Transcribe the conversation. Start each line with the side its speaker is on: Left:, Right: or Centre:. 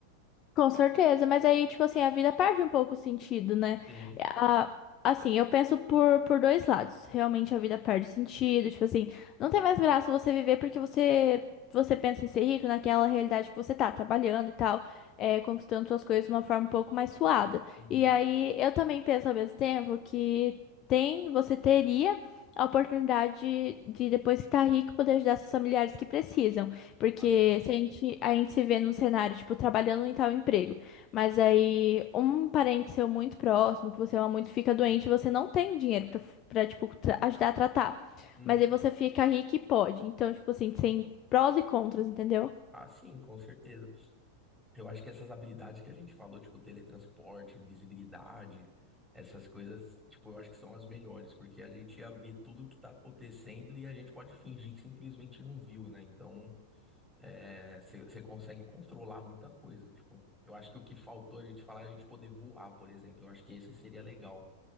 Left: Com certeza, mas aí, tipo assim, a vida perde um pouco o sentido, né?
Centre: Sim.
Left: A- assim, eu penso por, por dois lados. Realmente a vida perde sentido, tipo assim, não tem mais graça você viver porque você, você pensa em ser rico naquela realidade que você tá, trabalhando e tal, é, conquistando suas coisas de uma forma um pouco mais suada.
Centre: Uhum.
Left: E aí, eu também penso ao mesmo tempo que tem, você teria a oportunidade de, de, depois que tá rico, poder ajudar seus familiares que precisam. Porque
Centre: Assim.
Left: se a gente, a gente se vê num cenário, tipo, trabalhando em tal emprego, mas aí um parente seu muito próximo, que você ama muito, fica doente, você não tem o dinheiro pra, pra tipo, tra- ajudar a tratar.
Centre: Uhum.
Left: Mas aí você fica rico e pode. Então, tipo assim, tem prós e contras, entendeu?
Centre: Assim, com certeza. Eu acho que essas habilidades que a gente falou, tipo teletransporte, invisibilidade, essas coisas, tipo, eu acho que são as melhores, porque a gente ia ver tudo que tá acontecendo e a gente pode fingir que simplesmente não viu, né? Então, é, você consegue controlar muita coisa, tipo. Eu acho que o que faltou a gente falar é a gente poder voar, por exemplo. Eu acho que esse seria legal.